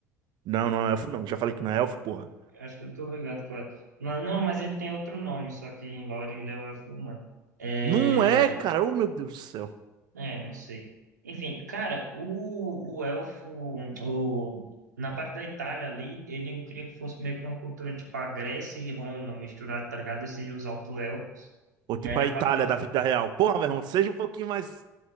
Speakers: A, on the right; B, on the right.
A: Não, não é um elfo, não. Já falei que não é elfo, porra.
B: Acho que eu tô ligado com ela. Não, não, mas ele tem outro nome, só que em Lore ele é o elfo do mar. É,
A: Não é, cara. Oh, meu Deus do céu.
B: É, não sei. Enfim, cara, o, o elfo, o, na parte da Itália ali, ele eu queria que fosse meio que uma cultura tipo a Grécia e Roma misturada, tá ligado? E seria os auto-elfos.
A: Ou tipo
B: E aí na
A: a Itália
B: parte da.
A: da vida real. Porra, meu irmão, seja um pouquinho mais